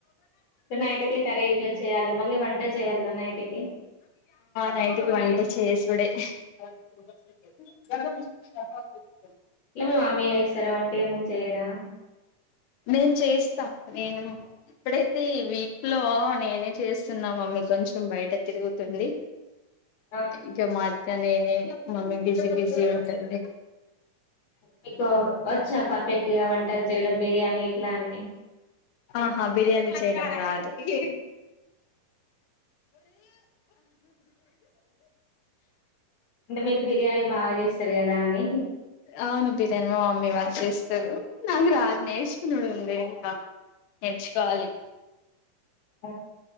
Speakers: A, on the left; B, on the left.
A: ఇ నైట్ కి కర్రీల చేయాలా మళ్ళీ వంట చేయాలా నైట్ కి
B: నైటికి వంట చేసుడే <unintelligible>
A: ఇట్లా మీ మమ్మీ చేస్తారా వంట ఏమి చేయరా
B: నేను చేస్తా నేను ఇప్పుడైతే వీక్ లో నేనే చేస్తున్నా మమ్మి కొంచెం బయట తిరుగుతుంది
A: ఆ
B: ఇక మొత్తం నేనే మమ్మీ బిజి బిజి ఉంటుంది
A: మీకు వచ్చా పర్ఫెక్ట్గా వంటలు చేయడం బిర్యానీ ఇట్లా అన్ని
B: ఆహా బిర్యానీ చేయడం రాదు అ ఏ
A: అంటే మీరు బిర్యానీలు బాగా చేస్తారు కదా అని
B: అవును బిర్యాని మా మమ్మీ వాళ్ళ చేస్తారు నాకు రాదు నేర్చుకునుడు ఉంది ఇంకా నేర్చుకోవాలి
A: ఓ